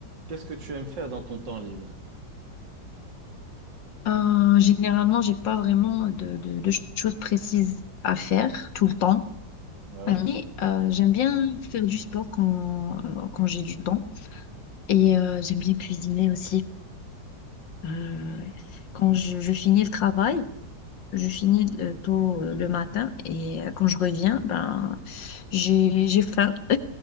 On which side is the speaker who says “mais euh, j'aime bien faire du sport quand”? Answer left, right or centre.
Left